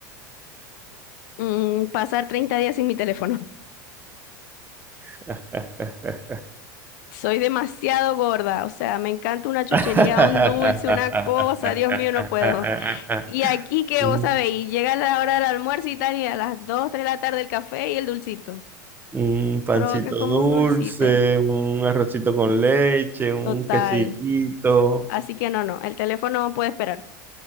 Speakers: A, on the left; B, on the right.
A: Mm, pasar 30 días sin mi teléfono.
B: <laughs>
A: <laughs> Soy demasiado gorda, o sea, me encanta una chuchería,
B: <laughs>
A: un dulce, una cosa, Dios mío, no puedo. Y aquí que
B: Un
A: vos sabéis, llega la hora del almuerzo y tal, y a las 2, 3 de la tarde el café y el dulcito.
B: un pancito
A: provoca como
B: dulce,
A: un dulcito.
B: un arrocito con leche, un
A: Total.
B: quesillito.
A: Así que no, no, el teléfono no puede esperar.